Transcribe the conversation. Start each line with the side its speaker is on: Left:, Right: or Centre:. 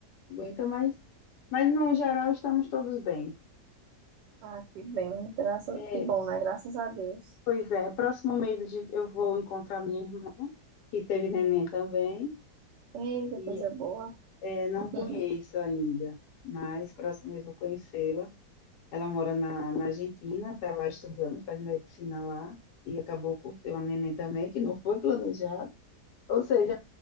Left: aguenta mais. Mas no geral estamos todos bem.
Right: Ah, que bem. Graças,
Left: É,
Right: que bom, né? Graças a Deus.
Left: pois é, próximo mês a gente- eu vou encontrar minha irmã, que teve neném também,
Right: Eita,
Left: e
Right: coisa boa.
Left: é, não
Right: <laughs>
Left: conheço ainda, mas próximo mês vou conhecê-la. Ela mora na, na Argentina, está lá estudando, faz medicina lá, e acabou por ter uma neném também, que não foi planejada. Ou seja,